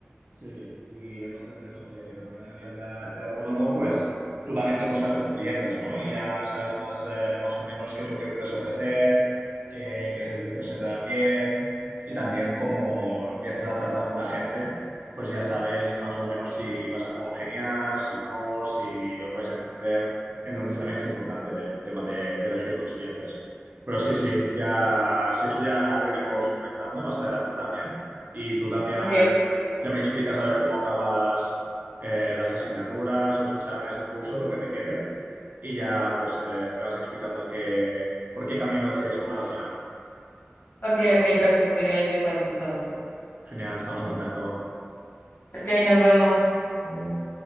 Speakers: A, on the right; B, on the left.
A: Sí, y entonces eso que también a nivel de, de autónomo, pues tú también te buscas tus clientes, ¿no? Y ya sabes más, eh, más o menos qué es lo que puedes ofrecer, qué, qué servicios se te dan bien y también cómo empiezas a tratar con la gente, pues ya sabes más o menos si vas a congeniar, si no, si os vais a entender. Entonces también es importante el tema de, de elegir los clientes. Pero sí, sí, ya, si eso ya lo iremos comentando más adelante también. Y tú también,
B: Ok,
A: a ver ya me explicas a ver cómo acabas eh, las asignaturas, los exámenes del curso, lo que te quede. Y ya pues eh, me vas explicando qué, por qué camino decides tomar al final.
B: ok, ok, perfecto. Yo ahí te cuento entonces.
A: Genial, estamos en contacto.
B: Ok, nos vemos.
A: Luego.